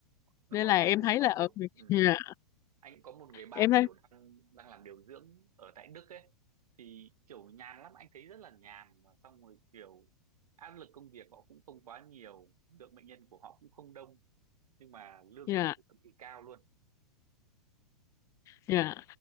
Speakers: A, on the right (about 85°); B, on the left (about 15°).
A: đúng
B: nên
A: rồi
B: là
A: anh
B: em
A: cũng
B: thấy
A: có
B: là ở
A: một
B: Việt-
A: ừ,
B: dạ,
A: anh cũng có một người bạn
B: em thấy
A: kiểu đang đang làm điều dưỡng ở tại Đức ấy thì kiểu nhàn lắm anh thấy rất là nhàn mà xong rồi kiểu áp lực công việc họ cũng không quá nhiều lượng bệnh nhân của họ cũng không đông nhưng mà lương
B: dạ.
A: của họ thì cực kỳ cao luôn
B: Dạ.